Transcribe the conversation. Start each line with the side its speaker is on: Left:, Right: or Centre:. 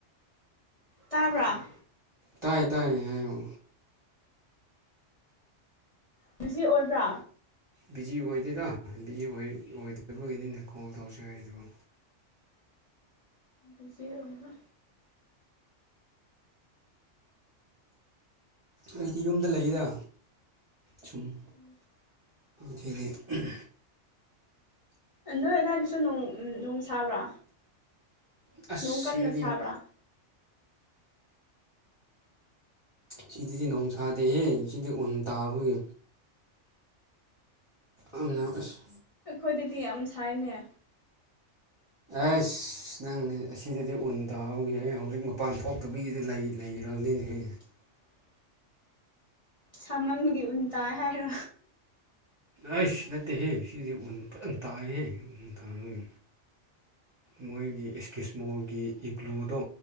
Left: ꯇꯥꯕ꯭ꯔꯥ
Right: ꯇꯥꯏꯌꯦ ꯇꯥꯏꯌꯦ ꯍꯥꯏꯌꯨ
Left: ꯕꯤꯖꯤ ꯑꯣꯏꯕ꯭ꯔꯥ
Right: ꯕꯤꯖꯤ ꯑꯣꯏꯗꯦꯗ ꯕꯤꯖꯤ ꯑꯣꯏ ꯑꯣꯏꯗꯕꯒꯤꯅꯤꯅꯦ ꯀꯣꯜ ꯇꯧꯁꯦ ꯍꯥꯏꯔꯤꯗꯨ
Left: ꯕꯤꯖꯤ ꯑꯣꯏꯕ꯭ꯔꯥ
Right: ꯑꯩꯗꯤ ꯌꯨꯝꯗ ꯂꯩꯗ ꯁꯨꯝ
Left: <inaudible>
Right: ꯁꯤꯗꯤ <unintelligible>
Left: ꯑ ꯅꯣꯏ ꯑꯗꯥꯏꯗꯁꯨ ꯅꯣꯡ ꯅꯣꯡ ꯁꯥꯕ꯭ꯔꯥ
Right: ꯑꯁ
Left: ꯅꯣꯡ ꯀꯟꯅ
Right: ꯁꯤꯗꯗꯤ
Left: ꯁꯥꯕ꯭ꯔꯥ
Right: ꯁꯤꯗꯗꯤ ꯅꯣꯡꯁꯥꯗꯦꯍꯦ ꯁꯤꯗꯤ ꯎꯟ ꯇꯥꯕꯒꯤ ꯑꯝꯅꯥꯎ ꯑꯁ
Left: ꯈꯣꯏꯗꯗꯤ ꯌꯥꯝ ꯁꯥꯏꯅꯦ
Right: ꯑꯁ ꯅꯪ ꯑꯁꯤꯗꯗꯤ ꯎꯟ ꯇꯥꯕꯒꯤ ꯑꯩ ꯍꯧꯖꯤꯛ ꯃꯄꯥꯟ ꯊꯣꯛꯇꯕꯤꯒꯤꯗ ꯂꯩ ꯂꯩ ꯔꯥꯡꯅꯤꯅꯦꯍꯦ
Left: <inaudible> ꯁꯥꯃꯟꯕꯒꯤ ꯎꯟ ꯇꯥꯏ ꯍꯥꯏꯔꯣ
Right: ꯑꯩꯁ ꯅꯠꯇꯦꯍꯦ ꯁꯤꯖꯦ ꯎꯟ ꯐꯖꯟ ꯇꯥꯏꯍꯦ ꯎꯟ ꯇꯥꯕꯒꯤ ꯃꯣꯏꯒꯤ ꯑꯦꯁꯀꯤꯁꯃꯣꯒꯤ ꯏꯒ꯭ꯂꯨꯗꯣ